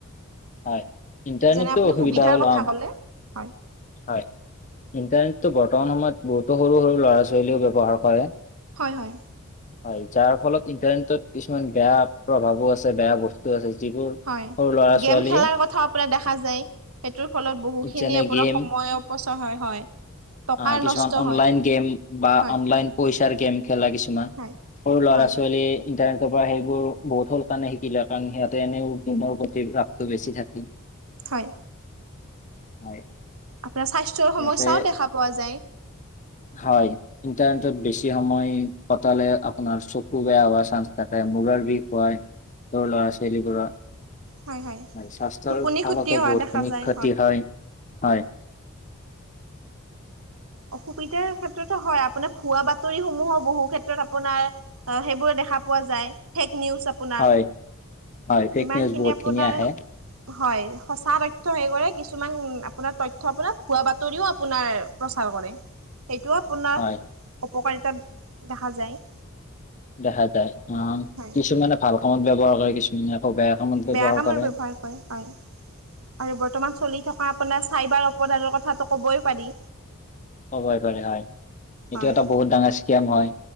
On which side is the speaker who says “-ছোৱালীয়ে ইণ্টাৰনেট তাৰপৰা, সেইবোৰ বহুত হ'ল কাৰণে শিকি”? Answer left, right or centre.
Left